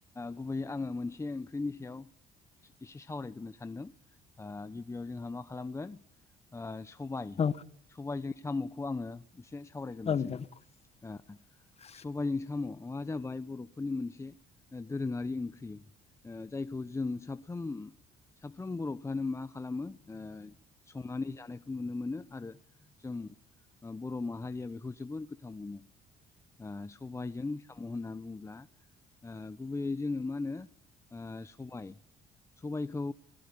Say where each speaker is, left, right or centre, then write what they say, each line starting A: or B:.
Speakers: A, on the left; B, on the left.
A: गुबैयै आङो मोनसे ओंख्रिनि सायाव। इसे सावरायग्रोनो सानदों ओ गिबियाव जोंहा मा खालामगोन ओ। सबाइ
B: औ
A: सबायजों साम'खौ आंङो इसे सावरायग्रोसै
B: औ नोंथां
A: ओ।
B: <inaudible>
A: सबायजों साम'आ जाबाय बर'फोरनि मोनसे दोरोंङारि ओंख्रि ओ जायखौ जों साफ्रोम साफ्रोम बर'फ्रानो मा खालामो ओ संनानै जानायखौ नुनो मोनो आरो जों ओ बर' माहारिया बेखौ जोबोद गोथाव मोनो। ओ सबायजों साम' होनना बुङोब्ला ओ गुबैयै जोङो मा होनो। ओ सबाय सबायखौ